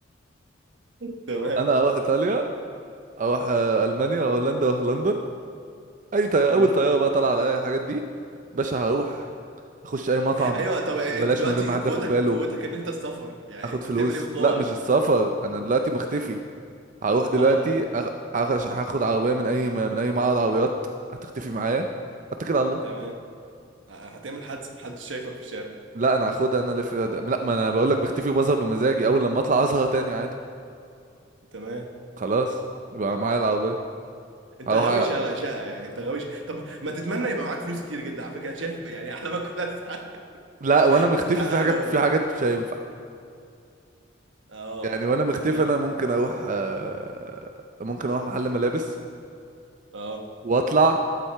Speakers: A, on the right (about 80°); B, on the right (about 45°).
A: <laughs> تمام
B: انا هروح ايطاليا اروح آه، المانيا اروح هولندا اروح لندن اي طياره
A: مم.
B: اول طياره بقى طالعه على اي الحاجات دي باشا هروح اخش اي مطعم
A: ايوه طب انت
B: ببلاش
A: دلوقتي
B: من غير ما حد
A: قوتك
B: ياخد باله
A: قوتك ان انت السفر يعني
B: اخد
A: انت
B: فلوس
A: هتعمل ايه بالقوه
B: لا مش
A: غير
B: السفر انا دلوقتي مختفي هروح دلوقتي
A: اه هت...
B: أخ... أخ- هاخد عربيه من اي من اي معرض عربيات هتختفي معايا اتكل على الله
A: تمام ه- هتعمل حادثه محدش شايفك في الشارع
B: لا انا هاخدها انا الف لا ما انا بقول لك بختفي وبظهر بمزاجي اول لما اطلع اظهر تاني عادي
A: تمام
B: خلاص يبقى معايا العربيه
A: انت
B: اروح
A: غاوي
B: أ...
A: شقه شقه يعني انت غاوي شقة. طب ما تتمنى يبقى معاك فلوس كتير جدا على فكره أنا شايف يعني احلامك كلها هتتحقق
B: لا وانا
A: <laughs>
B: مختفي
A: هتتحقق
B: في حاجات
A: لو
B: في حاجات مش هينفع
A: اه
B: يعني وانا مختفي
A: تمام
B: انا ممكن اروح آه، ممكن اروح محل ملابس
A: اه
B: واطلع